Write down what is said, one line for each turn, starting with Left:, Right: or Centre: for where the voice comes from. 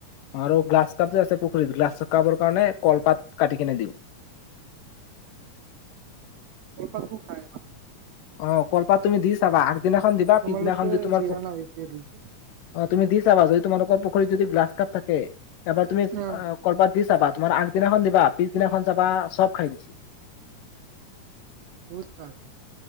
Left: আৰু গ্লাছ কাপ যে আছে পুখুৰীত গ্ৰাছ কাপৰ কাৰণে কলপাত কাটি কিনে দিওঁ।
Right: কল পাতো খাই <unintelligible>
Left: অহ, কলপাত তুমি দি চাবা আগদিনাখন দিবা পিছদিনাখন
Right: আমালোকে
Left: যি তোমাৰ
Right: দিয়া
Left: পু
Right: নাই এতিয়ালৈকে
Left: অহ, তুমি দি চাবা যদি তোমালোকৰ পুখুৰীত যদি গ্ৰাছ কাপ থাকে এবাৰ তুমি
Right: অ
Left: কলপাত দি চাবা তোমাৰ আগদিনাখন দিবা পিছদিনাখন চাবা চব খাই দিছে।
Right: বহুত ভাল।